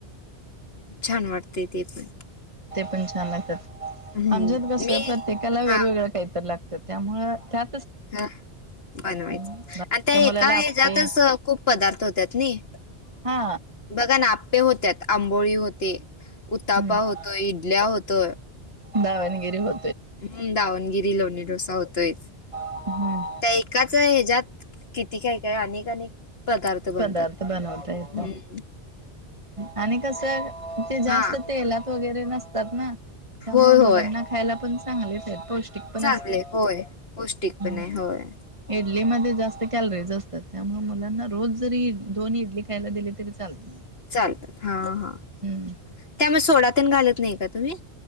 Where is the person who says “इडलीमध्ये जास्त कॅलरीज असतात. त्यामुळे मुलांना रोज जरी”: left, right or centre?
Right